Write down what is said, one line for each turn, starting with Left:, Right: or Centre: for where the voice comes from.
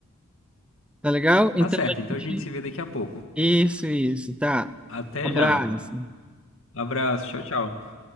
Centre: Tá legal? Então
Left: Tá certo,
Centre: a
Left: então
Centre: gente.
Left: a gente se vê daqui a pouco.
Centre: Isso, isso, tá.
Left: Até
Centre: Abraço.
Left: já. Abraço, tchau, tchau.